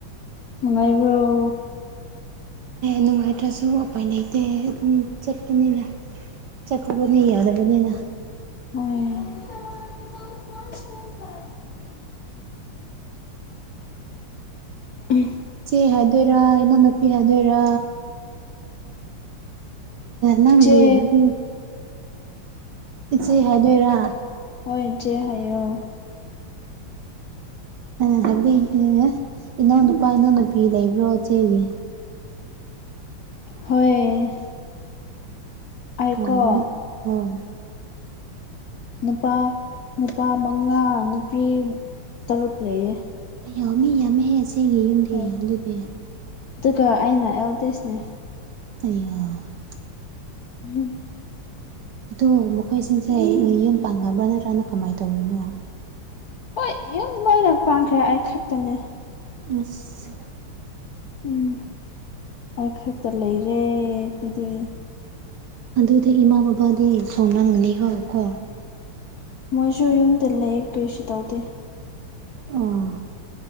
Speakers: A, on the left; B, on the right.
A: ꯅꯉꯥꯏꯕꯨ꯭ꯔꯣ
B: ꯅꯨꯡꯉꯥꯏꯇ꯭ꯔꯁꯨ ꯎꯄꯥꯏ ꯂꯩꯇꯦ ꯑꯗꯨꯝ ꯆꯠꯄꯅꯤꯅ ꯆꯀꯕꯨꯅꯤ ꯌꯥꯗꯕꯅꯤꯅ
A: ꯑꯣꯏ ꯎꯝ
B: ꯏꯆꯦ ꯍꯥꯏꯗꯣꯏꯔꯥ ꯏꯅꯥꯎꯅꯨꯄꯤ ꯍꯥꯏꯗꯣꯏꯔꯥ ꯅꯪꯒꯤ
A: ꯆꯦ
B: ꯍꯥꯏꯗꯤ ꯏꯆꯦ ꯍꯥꯏꯗꯣꯏꯔ
A: ꯍꯣꯏ ꯏꯆꯦ ꯍꯥꯏꯌꯣ
B: ꯑꯩꯅ ꯍꯥꯏꯕꯗꯤ ꯏꯅꯥꯎ ꯅꯨꯄꯥ ꯅꯪ ꯅꯨꯄꯤ ꯂꯩꯕ꯭ꯔꯣ ꯆꯦꯌꯦ
A: ꯍꯣꯏ ꯑꯩꯀꯣ
B: ꯎ ꯍ <unintelligible>
A: ꯅꯨꯄꯥ ꯅꯨꯄꯥ ꯃꯉꯥ ꯅꯨꯄꯤ ꯇꯔꯨꯛ ꯂꯩꯌꯦ
B: ꯌꯥꯝꯃꯤ ꯌꯥꯝꯃꯦꯍꯦꯆꯦꯡꯒꯤ ꯌꯨꯝꯗꯤ
A: ꯍꯣꯏ
B: ꯑꯗꯨꯗꯤ
A: ꯑꯗꯨꯒ ꯑꯩꯅ ꯑꯦꯜꯗꯦꯁꯅꯦ
B: ꯑꯩ
A: ꯎꯝ
B: ꯑꯗꯣ ꯃꯈꯣꯏꯁꯤꯡꯁꯦ ꯌꯨꯝ ꯄꯥꯡꯉꯕ꯭ꯔ ꯅꯠꯇ꯭ꯔꯅ ꯀꯃꯥꯏꯅ ꯇꯧꯔꯤꯅꯣ
A: ꯍꯣꯏ ꯌꯨꯝ ꯂꯣꯏꯅ ꯄꯥꯟꯈ꯭ꯔꯦ ꯑꯩ ꯈꯛꯇꯅꯦ
B: ꯑꯁ
A: ꯎꯝ ꯑꯩꯈꯛꯇ ꯂꯩꯔꯦ ꯍꯥꯏꯗꯤ
B: ꯑꯗꯨꯗꯤ ꯏꯃꯥ ꯕꯕꯥꯗꯤ ꯁꯣꯜꯂꯝꯒꯅꯤ ꯀꯣ
A: ꯃꯣꯏꯁꯨ ꯌꯨꯝꯗ ꯂꯩ ꯀꯔꯤꯁꯨ ꯇꯧꯗꯦ
B: ꯑꯥ